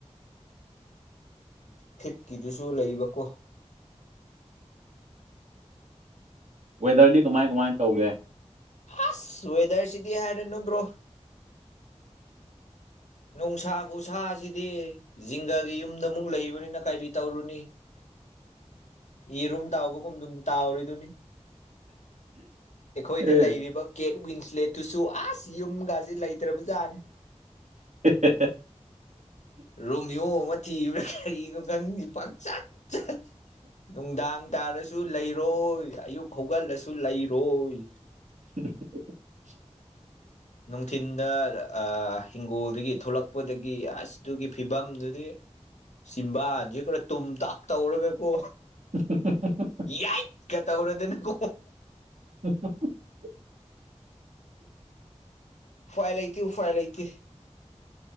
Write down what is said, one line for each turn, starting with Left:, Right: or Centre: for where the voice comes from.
Left: ꯐꯤꯞꯀꯤꯗꯨꯁꯨ ꯂꯩꯕ ꯀꯣ
Right: ꯋꯦꯗꯔꯗꯤ ꯀꯃꯥꯏ ꯀꯃꯥꯏ ꯇꯧꯒꯦ
Left: ꯑꯁ ꯋꯦꯗꯔꯁꯤꯗꯤ ꯍꯥꯏꯔꯅꯣ ꯕ꯭ꯔꯣ ꯅꯨꯡꯁꯥ ꯈꯨꯁꯥꯁꯤꯗꯤ ꯖꯤꯡꯒꯒꯤ ꯌꯨꯝꯗ ꯑꯃꯨꯛ ꯂꯩꯕꯅꯤꯅ ꯀꯔꯤ ꯇꯧꯔꯨꯅꯤ ꯌꯦꯔꯨꯝ ꯇꯥꯎꯕꯒꯨꯝ ꯑꯗꯨꯝ ꯇꯥꯎꯔꯤꯗꯨꯅꯤ ꯑꯩꯈꯣꯏꯗ
Right: ꯑꯦ
Left: ꯂꯩꯔꯤꯕ ꯀꯦꯠ ꯋꯤꯡꯁ ꯂꯦꯠꯇꯨꯁꯨ ꯑꯁ ꯌꯨꯝꯒꯁꯦ ꯂꯩꯇ꯭ꯔꯕ ꯖꯥꯠꯅꯤ
Right: <inaudible>
Left: ꯔꯣꯃꯤꯌꯣ ꯑꯃ ꯊꯤꯕ꯭ꯔꯥ ꯀꯔꯤꯅꯣ ꯈꯪꯒꯤ ꯄꯪꯆꯠ ꯆꯠ ꯅꯨꯡꯗꯥꯡ ꯇꯥꯔꯁꯨ ꯂꯩꯔꯣꯏ ꯑꯌꯨꯛ ꯍꯧꯒꯠꯂꯁꯨ ꯂꯩꯔꯣꯏ
Right: <inaudible>
Left: ꯅꯨꯡꯊꯤꯟꯗ ꯑꯥ ꯍꯤꯡꯒꯣꯜꯗꯒꯤ ꯊꯣꯛꯂꯛꯄꯗꯒꯤ ꯑꯁ ꯑꯗꯨꯒꯤ ꯐꯤꯕꯝꯗꯨꯗꯤ ꯆꯤꯝꯕꯥꯟꯁꯦ ꯈꯔ ꯇꯨꯝ ꯇꯥꯛ ꯇꯧꯔꯒ ꯀꯣ
Right: <inaudible>
Left: ꯌꯥꯏꯀ ꯇꯧꯔꯗꯅꯀꯣ
Right: <inaudible>
Left: ꯎꯐꯥꯏ ꯂꯩꯇꯦ ꯎꯐꯥꯏ ꯂꯩꯇꯦ